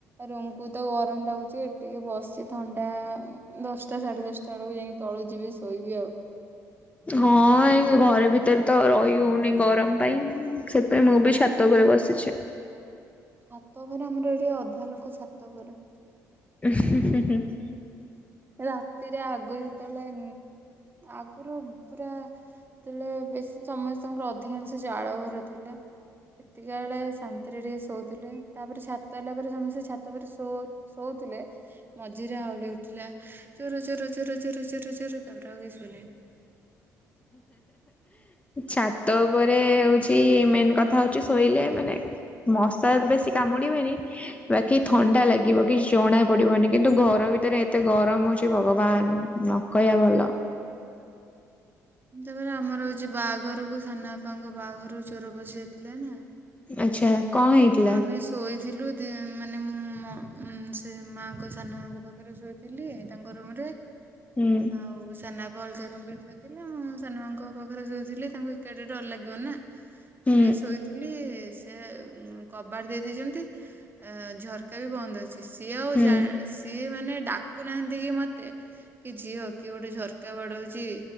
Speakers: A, on the right (about 25°); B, on the left (about 15°).
A: ରୁମକୁତ ଗରମ ଲାଗୁଛି ଏଠି ଟିକେ ବସିଛି ଥଣ୍ଡା ଦଶଟା ସାଢ଼େ ଦଶଟା ବେଳକୁ ଯାଇକି ତଳୁ ଯିବି ଶୋଇବି ଆଉ।
B: ହଁ ଏ ଘରେ ଭିତରେତ ରହି ହଉନି ଗରମ ପାଇଁ ସେଥି ପାଇଁ ମୁଁ ବି ଚ୍ଛା ଉପରେ ବସିଛି।
A: ଛାତ ଉପରେ ଆମର ଏଇଠି ଅଧା ଲୋକ ଛାତ ଉପରେ।
B: ହ ହ <inaudible>
A: ରାତିରେ ଆଗରୁ ଯେତେବେଳେ ଆଗରୁ ପୁରା ସେତେବେଳେ ବେଶୀ ସମସ୍ତଙ୍କର ଅଧିକାଂଶ ଜାଳଘର ଥିଲା। ସେତିକା ବେଳେ ଶାନ୍ତିରେ ଟିକେ ଶୋଉଥିଲେ ତାପରେ ଛାତ ହେଲା ପରେ ସମସ୍ତେ ଛାତ ପରେ ଶୋଉ ଶୋଉଥିଲେ ମଝିରେ ହାଉଳି ଥିଲା ଚୋର ଚୋର ଚୋର ଚୋର ଚୋର ଚୋର ତାପରେ ଆଉ କି ସୁଇଲେନି।
B: ଛାତ ଉପରେ ହଉଛି ମେନ୍ କଥା ହଉଛି ଶୋଇଲେ ମାନେ ମଶା ବେଶୀ କମୁଡ଼ିବେନି ବାକି ଥଣ୍ଡା ଲାଗିବ କିଛି ଜଣା ପଡ଼ିବନି କିନ୍ତୁ ଘର ଭିତରେ ଏତେ ଗରମ ହଉଛି ଭଗବାନ। କହିବା ଭଲ <inaudible>
A: ଏମିତି ଆମର ଯୋଉ ବାହାଘରକୁ ସାନବାପାଙ୍କ ବାହାଘରକୁ ଚୋର ପଶି ଯାଇଥିଲା ନା।
B: ଆଚ୍ଛା। କଣ ହେଇଥିଲା
A: ନା ଆମେ ଶୋଇଥିଲୁ ମାନେ ମୁଁ ସେ ମାଆଙ୍କ ସାନ ମାଆଙ୍କ ପାଖରେ ଶୋଇଥିଲି ତାଙ୍କ ରୁମ୍ ରେ।
B: ହୁଁ
A: ଆଉ ସନା ବାପା ଅଲଗା ରୁମ୍ ରେ ଶୋଇଥିଲେ। ମୁଁ ସାନ ମାଆଙ୍କ ପାଖରେ ଶୋଇଥିଲି ତାଙ୍କୁ ଏକା ଟିକେ ଡର ଲାଗିବ ନା।
B: ହୁଁ
A: ଶୋଇଥିଲି ସେ କବାଟ ଦେଇ ଦେଇେଛନ୍ତି ଝରକା ବି ବନ୍ଦ ଅଛି ସିଏ ଆଉା
B: ହୁଁ
A: ଜଣ୍ ସିଏ ମାନେ ଡାକୁ ନାହାନ୍ତି କି ମତେ କି ଝିଅ କିଏ ଗୋଟେ ଝରକା ବାଡ଼ଉଛି।